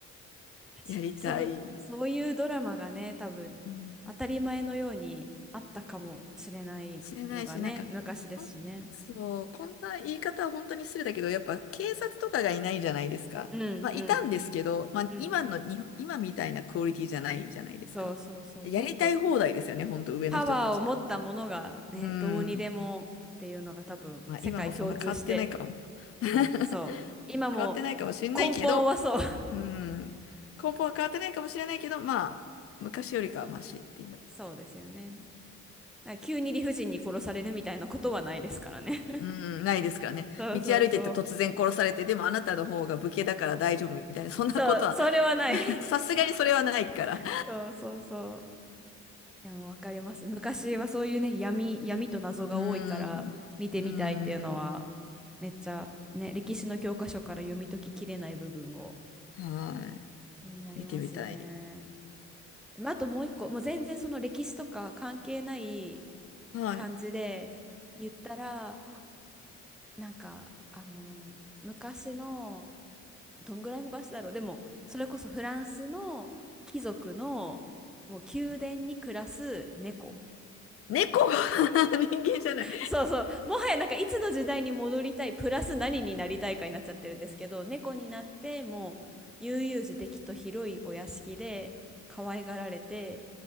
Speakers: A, in the centre; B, on the left.
A: に、
B: やりたい。
A: そう、そういうドラマがね、多分、
B: うん
A: 当たり前のようにあったかもしれないのがね、
B: 知れないし、なんか、
A: 昔ですしね。
B: ほんそう、こんな言い方は本当に失礼だけど、やっぱ警察とかがいないじゃないですか。
A: うんうん。
B: まあ、いたんですけど、まあ、
A: うん。
B: 今の日本、今みたいなクオリティじゃないじゃないですか。
A: そうそうそう。
B: やりたい放題ですよね、
A: もっと
B: 本当上の人たちは。
A: パワーを持ったものがね、
B: うー
A: どうにでもっていうのが多分、
B: ん。まあ、
A: 世界共通して。
B: 今もそんな変わってないかも。<laughs>
A: そうそう。今も
B: 変わってないかもしんないけど、
A: 根本はそう。
B: うーん。根本は変わってないかもしれないけど、まあ、昔よりかはマシっていう。
A: <laughs> そうですよね。なんか急に理不尽に殺されるみたいなことはないですからね。<laughs>
B: うん、ないですからね。
A: そうそうそう。
B: 道歩いてて突然殺されて、でもあなたの方が武家だから大丈夫みたいな、そんなことは、
A: そう、それはない。
B: <laughs> さすがにそれはないから。
A: <laughs> そうそうそう。でもわかります。昔はそういうね、闇、闇と謎が多いから見てみたいっていうのは、
B: うん、うん、
A: めっちゃね、歴史の教科書から読み解ききれない部分を
B: はい。
A: 気になりますよね。
B: 見てみたい。
A: でもあともう一個、もう全然その歴史とか関係ない
B: はい。
A: 感じで言ったら、なんか、あの、昔のどんぐらい昔だろう。でも、それこそフランスの貴族の、もう宮殿に暮らす猫。
B: 猫 <laughs> 人間じゃない。
A: そうそう。もはやなんかいつの時代に戻りたい、プラス何になりたいかになっちゃってるんですけど、猫になってもう悠々自適と広いお屋敷で可愛がられて